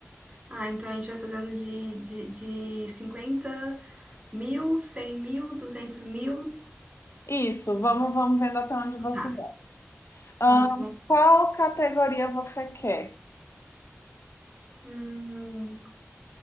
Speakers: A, on the right; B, on the left.
A: Ah, então a gente vai fazendo de, de, de 50 mil, 100 mil, 200 mil.
B: Isso, vamos, vamos vendo até onde você
A: Tá,
B: vai. Ahn,
A: vamos, vamos.
B: qual categoria você quer?
A: Hum,